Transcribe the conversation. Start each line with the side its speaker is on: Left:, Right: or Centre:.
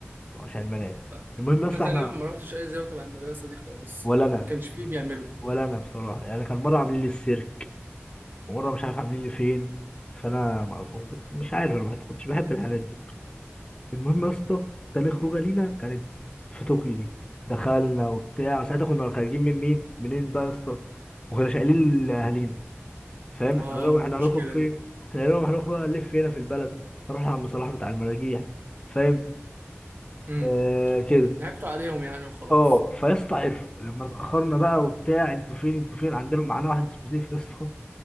Left: عشان الملاعب
Right: لا
Left: المهم يا اسطى
Right: انا تقريبا
Left: احنا
Right: ما رحتش اي زياره تبع المدرسه دي خالص
Left: ولا انا
Right: ما كانش فيه بيعملوا
Left: ولا انا بصراحه يعني كان مره عاملين لي السيرك ومره مش عارف عاملين لي فين فانا ما كنت مش عارف انا ما كنتش بحب الحاجات دي المهم يا اسطى تاني خروجه لينا كانت في طوكيو دي دخلنا وبتاع ساعتها كنا خارجين من مين منين بقى يا اسطى ما كناش قايلين لاهالينا فاهم
Right: اه
Left: احنا قلنا
Right: دي
Left: احنا
Right: المشكله
Left: هنخرج فين
Right: دي
Left: احنا قلنا هنخرج نلف هنا في البلد نروح لعم صلاح بتاع المراجيح فاهم
Right: امم
Left: آه كده
Right: ضحكتوا عليهم يعني وخلاص
Left: اه فيا اسطى عرفوا لما اتاخرنا بقى وبتاع انتوا فين انتوا فين عندنا معانا واحد اسمه سيف يا اسطى